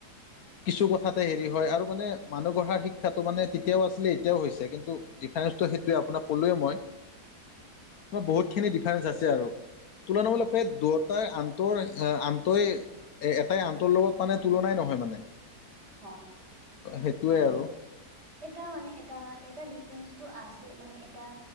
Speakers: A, on the left; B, on the right.
A: কিছু তাতে হেৰি হয় আৰু মানে মানুহ গঢ়াৰ শিক্ষাটো মানে তেতিয়াও আছিলে, এতিয়াও হৈছে, কিন্তু ডিফাৰেঞ্চসটো সেইটোৱে আপোনাক ক'লোৱে মই।
B: <inaudible> হয়
A: মই বহুত খিনি ডিফাৰেঞ্চ আছে আৰু তুলনামূলক দুটাৰ আন্তৰ এ আনন্তই, এ এটাই আনন্তৰ লগত মানে তুলনাই নহয় মানে।
B: হয়
A: সেইটোৱে
B: মানে
A: আৰু
B: এটা মানে এটা, এটা ডিফাৰেন্ঞ্চটো আছে, মানে এটা